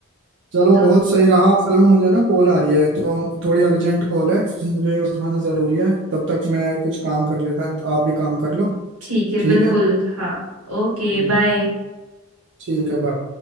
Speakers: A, on the right; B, on the right.
A: चलो
B: तो
A: बहुत सही रहा असल में मुझे ना कॉल आ रही है तो हम- थोड़ी अर्जेंट कॉल है मुझे ये उठाना जरूरी है तब तक मैं कुछ काम कर लेता हूँ आप भी काम कर लो
B: ठीक है
A: ठीक
B: बिल्कुल
A: है
B: हाँ Okay
A: हम्म,
B: bye
A: ठीक है बाय